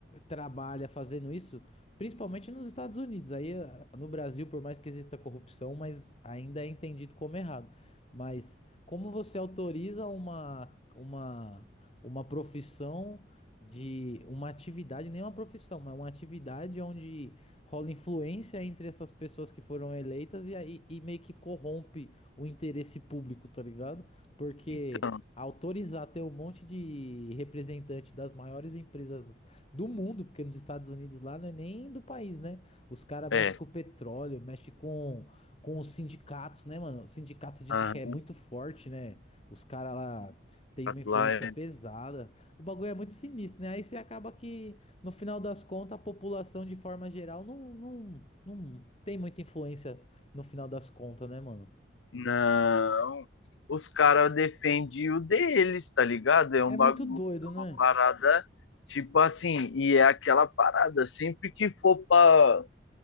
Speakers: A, on the left (about 30°); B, on the left (about 85°).
A: trabalha fazendo isso? Principalmente nos Estados Unidos. Aí eh, no Brasil, por mais que exista corrupção, mas ainda é entendido como errado. Mas como você autoriza uma, uma, uma profissão de uma atividade, nem uma profissão, mas uma atividade onde rola influência entre essas pessoas que foram eleitas e aí e meio que corrompe o interesse público, tá ligado? Porque
B: então
A: autorizar ter um monte de representante das maiores empresas do mundo, porque nos Estados Unidos lá não é nem do país, né? Os caras mexem
B: é,
A: com petróleo, mexem com, com os sindicatos, né, mano? O sindicato diz
B: aham.
A: que é muito forte, né? Os caras lá têm
B: fato
A: uma influência
B: lá é.
A: pesada. O bagulho é muito sinistro, né? Aí você acaba que, no final das contas, a população, de forma geral, não, não, não tem muita influência no final das contas, né, mano?
B: Não. Os caras defendem o deles, tá ligado? É
A: É
B: um bagulho,
A: muito doido,
B: é
A: né?
B: uma parada, tipo assim, e é aquela parada, sempre que for pra,